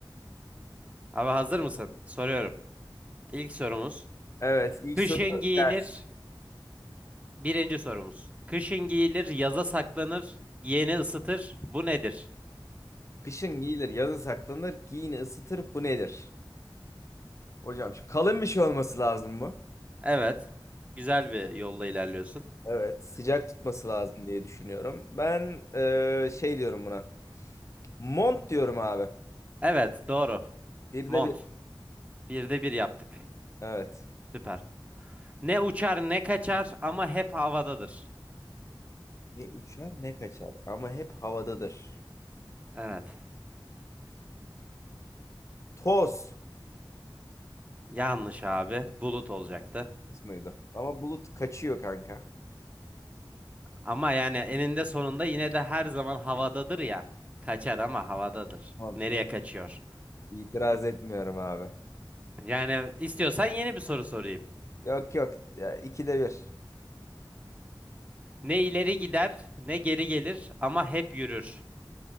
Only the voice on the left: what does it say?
Evet. ilk
soru.
gelsin.
Kışın giyilir, yazın saklanır. Giyini ısıtır. Bu nedir? Hocam şimdi kalın bir şey olması lazım bu.
Evet. Sıcak tutması lazım diye düşünüyorum. Ben eee, şey diyorum buna. Mont diyorum abi.
Bir
de bir.
Evet.
Ne uçar ne kaçar ama hep havadadır.
Toz
muydu? Ama bulut kaçıyor kanka.
Tamam
i-
itiraz etmiyorum abi.
Yok yok ya, ikide bir.